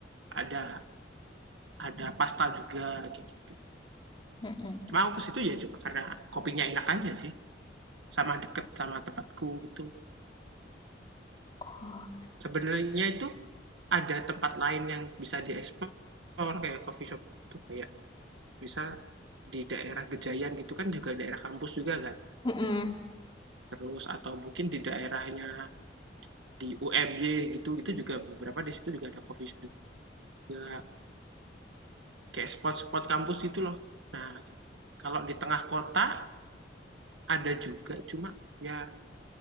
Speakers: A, on the right; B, on the left.
A: Ada ada pasta juga kayak gitu.
B: Mm-mm.
A: Cuma aku ke situ ya cuma karena kopinya enak aja sih sama deket sama tempatku gitu.
B: Oh.
A: Sebenarnya itu ada tempat lain yang bisa dieksplor, kayak coffee shop itu kayak bisa di daerah Gejayan gitu kan juga daerah kampus juga kan.
B: Mm-mm.
A: Terus atau mungkin di daerahnya di UMY gitu, itu juga beberapa di situ juga ada coffee shop juga. Kayak spot-spot kampus gitu loh. Nah, kalau di tengah kota ada juga, cuma ya